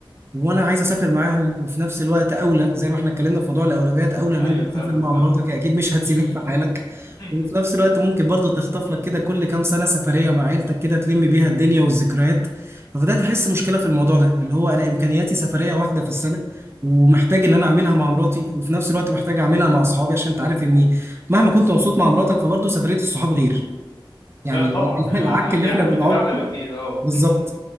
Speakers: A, on the right (about 30°); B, on the left (about 50°).
A: وانا عايز اسافر معاهم وفي نفس الوقت اولى زي ما احنا اتكلمنا في موضوع الاولويات اولى ان
B: ايوه
A: انت تسافر
B: فاهمك
A: مع
B: فاهمك
A: مراتك هي اكيد مش <laughs> هتسيبك
B: امم
A: في حالك
B: <laughs>
A: وفي نفس الوقت ممكن برضو تخطف لك كده كل كام سنه سفريه مع عيلتك كده تلم بيها الدنيا والذكريات فبدات احس مشكله في الموضوع ده اللي هو انا امكانياتي سفريه واحده في السنه ومحتاج ان انا اعملها مع مراتي وفي نفس الوقت محتاج اعملها مع اصحابي عشان انت عارف اني مهما كنت مبسوط مع مراتك فبرضو سفريه الصحاب غير يعني
B: طبعا
A: <laughs>
B: آه،
A: العك
B: دي
A: اللي احنا
B: احلى
A: بنعك
B: بتبقى احلى بكتير اه
A: بالظبط
B: <laughs>